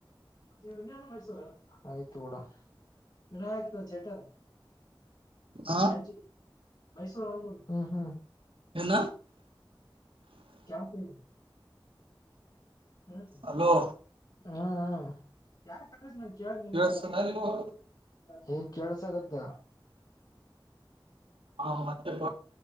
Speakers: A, on the left (about 50°); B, on the right (about 85°).
A: ಜೀವನ ಆಯ್ತ ಡ ವಿನಾಯಕ ಚಟರ್
B: ಹ
A: ಕೆಂಚ್ ಮೈಸೂರು ಒೂರು ಹ್ಮ್ ಹ್ಮ
B: ಏನ
A: ಕ ಉತ್ತೇ ಹ
B: ಹಲೋ
A: ಹಾ ಯ ನಾನ್ ಕೇಳ್ದ ನಿಂತಿಲ್ಲ
B: ಕೇಳಿಸ್ತಾದ ನಿಮಗ
A: ಹ ಕೆಳ್ಸಗತ್ತ
B: ಹ ಮತ್ತೆ